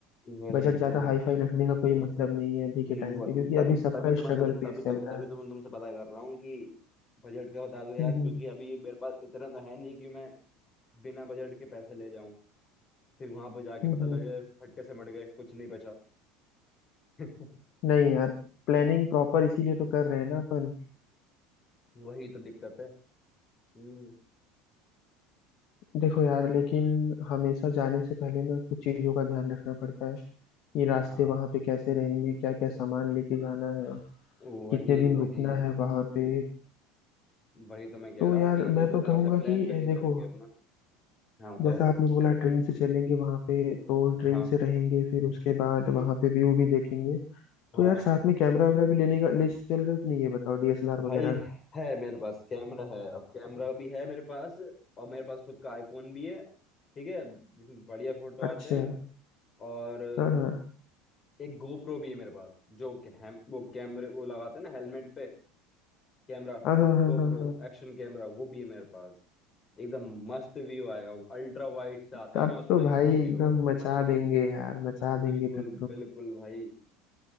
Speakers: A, on the left; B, on the left.
A: मैं
B: बजट
A: वही
B: ज्यादा
A: तो
B: हाई फाई रखने का कोई मतलब नहीं है अभी
A: वो-
B: के टाइम पे क्योंकि
A: तभी
B: अभी सबका
A: तभी तो मैं
B: स्ट्रगल
A: तुम तभी
B: फेस
A: तो
B: चल रहा
A: तभी
B: है
A: तो मैं तुमसे पता कर रहा हूँ कि बजट का बता दो यार
B: हम्म
A: क्योंकि
B: हम्म
A: अभी मेरे पास इतना तो है नहीं कि मैं बिना बजट के पैसे ले जाऊं फिर वहां पे जाके
B: हम्म
A: पता
B: हम्म।
A: लगे फटके से मर गए कुछ नहीं बचा <laughs>
B: नहीं यार प्लानिंग प्रॉपर इसीलिए तो कर रहे हैं ना अपन
A: वही तो दिक्कत है हम्म
B: देखो यार लेकिन हमेशा जाने से पहले ना कुछ चीजों का ध्यान रखना पड़ता है ये रास्ते
A: हाँ
B: वहां पे कैसे रहेंगे क्या क्या सामान लेके जाना है
A: वही
B: कितने
A: वही
B: दिन रुकना है वहां पे
A: वही तो मैं कह
B: तो
A: रहा
B: यार
A: हूँ कि
B: मैं
A: इस
B: तो
A: हिसाब
B: कहूंगा
A: से प्लान
B: कि
A: करके
B: ए,
A: चलेंगे
B: देखो
A: अपना हाँ बताओ
B: जैसा आपने बोला ट्रेन से चलेंगे वहां पे तो ट्रेन
A: हाँ
B: से रहेंगे फिर उसके बाद वहां पे व्यू भी देखेंगे
A: हाँ
B: तो यार साथ में कैमरा वैमरा भी लेने का ले चल रहे हो कि नहीं ये बताओ डीएसएलआर
A: भाई
B: वगैरह
A: है मेरे पास कैमरा है अब कैमरा भी है मेरे पास और मेरे पास खुद का आईफोन भी है ठीक है जिसमें बढ़िया फोटो आते
B: अच्छा
A: हैं और
B: हाँ हाँ
A: एक गोप्रो भी है मेरे पास जो कि हम वो कैमरे वो लगाते हैं ना हेलमेट पे कैमरा
B: हाँ हाँ हाँ
A: गोप्रो
B: हाँ हाँ।
A: एक्शन कैमरा वो भी है मेरे पास एकदम मस्त व्यू आएगा अल्ट्रा वाइड से आता
B: तब
A: है ना उसमें
B: तो भाई
A: वीडियो
B: एकदम मचा देंगे यार मचा देंगे
A: बिल्कुल
B: तब
A: बिल्कुल भाई